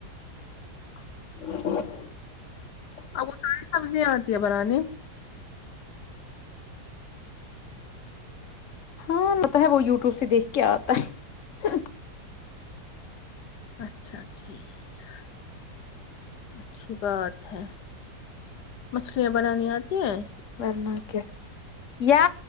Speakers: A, on the left; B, on the left.
A: <inaudible>
B: اب وہ ساری سبزیاں آتی ہے بنانے
A: ہاں لتا ہے وہ یوٹیوب سے دیکھ کے آتا ہے
B: اچھا ٹھیک ہے اچھی بات ہے مچھلیاں بنانی آتی ہیں
A: ورناہ کیا یا